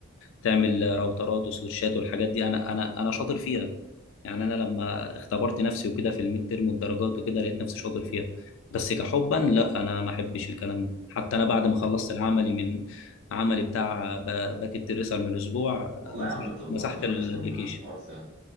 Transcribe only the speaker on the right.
والله
يا عم انت بتهزر
قسما بالله الحوار سهل